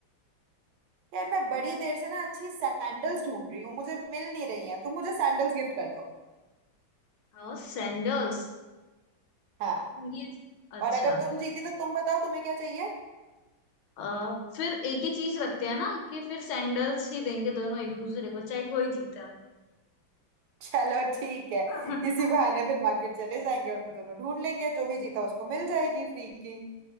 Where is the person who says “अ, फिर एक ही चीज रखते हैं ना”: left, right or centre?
Left